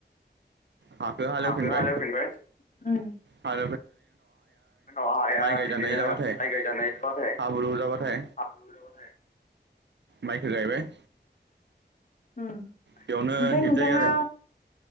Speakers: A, on the right; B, on the left.
A: हालखोन हालौ
B: हाखौ
A: फिनबाय
B: हालेवफिनबाय उम
A: हा
B: उनाव हाया
A: गायजानाय
B: बिदिनो
A: जाबाथाय
B: माय गायजानाय जाबाथाय
A: हाब्रु जाबाथाय
B: हाब्रु जाबाथाय
A: माइखौ गायबाय
B: उ ओमफफ्राय
A: बेयावनो हिट
B: नोंथाङा
A: जायो आरो